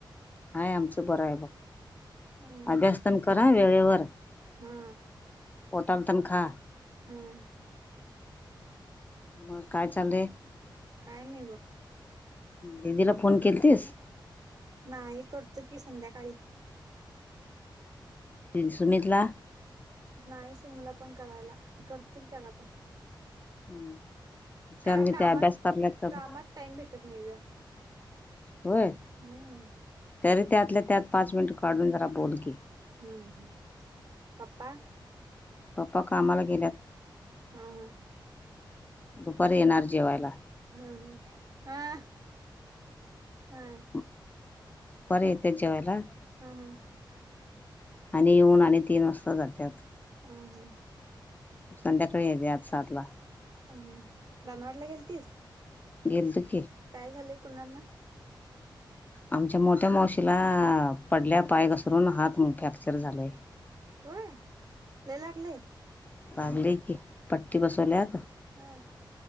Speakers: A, on the left; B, on the right.
A: हाय आमचं बरं आहे बघ
B: हम्म
A: अभ्यास पन करा वेळेवर
B: हा
A: पोटाल तन खा?
B: हां!
A: म काय चाललंय,
B: काय नाही बघ.
A: दिदीला फोन केलतीस.
B: नाही करतो की संध्याकाळी.
A: तीन सुमितला?
B: नाही सुमुला पण करायला, करतो की त्याला पण.
A: हं विचारून
B: काय
A: घे
B: कामात
A: ते अभ्यास करल्यात का
B: कामात
A: म.
B: टाइम भेटत नही ग.
A: होय!
B: हूं!
A: तरी त्यातल्या त्यात पाच मिनिट काढून जरा बोलकी.
B: हूं हूं पप्पा.
A: पप्पा कामाला गेल्यात.
B: हा हा!
A: दुपारी येणार जेवायला.
B: हा हा हा हा!
A: दुपारी येत्यात जेवायला?
B: हं हं!
A: आणि येऊन आणि तीन वाजता जात्यात.
B: <unintelligible>
A: संध्याकाळी येत्यात सात ला.
B: अ दानवाडला गेलतीस?
A: गेलतो की.
B: काय झालंय कुणाननां?
A: आमच्या मोठ्या मावशीला पडल्या पाय घसरून हात म फ्रॅक्चर झालाय.
B: होय लयी लागलय.
A: वागलय की पट्टी बसवल्या आता.
B: हं!